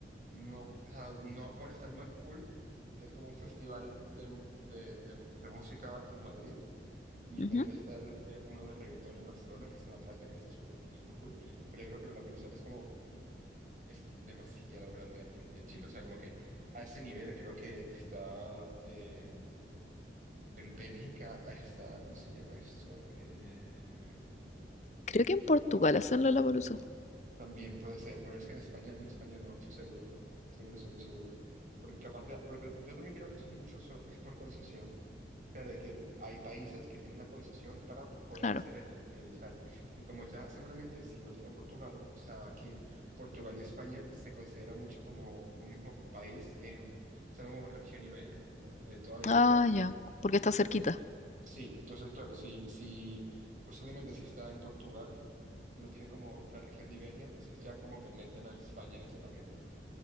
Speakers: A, on the right (about 45°); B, on the left (about 40°).
A: no, o sea, no, bueno, está el Mad Cool, que es como un festival de, de, de- de música en Madrid, y
B: ujú.
A: también está el, eh, uno de reggaetón en Barcelona, que es en la playa, que está súper, súper cool, pero yo creo que la pelusa es como es demasiado grande en, en Chile. O sea, como que a ese nivel creo que está eh, en Bélgica, está, ¿cómo se llama esto? Eh,
B: Creo que en Portugal hacen Lollapalooza,
A: también puede ser, pero es que en España, en España no, estoy seguro, seguro, seguro, seguro. Porque capaz de, porque yo también creo que eso mucho so- es por concesión. sea, de que hay países que tienen la concesión para poder
B: claro.
A: hacer el, el tal. Y como ya seguramente si lo tiene Portugal, o sea, aquí Portugal y España se considera mucho como un mismo país en, o sea, como región ibérica, como de toda la Iberia.
B: Ah, ya, porque está
A: Entonces,
B: cerquita.
A: sí, entonces claro, si, si posiblemente si está en Portugal, lo tiene como la región de Iberia, entonces ya como que meten a España en ese paquete.